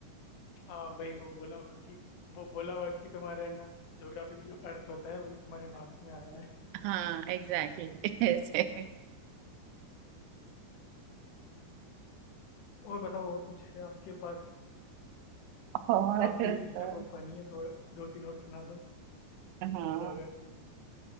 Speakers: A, on the left; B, on the right.
A: हाँ वही वो बोला हुआ कि वो बोला हुआ कि तुम्हारे ना ज्योग्राफी में जो अर्थ होता है वो तुम्हारे मार्क्स में आया है
B: हाँ एग्जैक्टली ऐसे
A: और बताओ और कुछ है आपके पास
B: और
A: आपके किस्से
B: अ,
A: बहुत फनी है तो दो तीन और सुना दो
B: हाँ
A: और तो अगर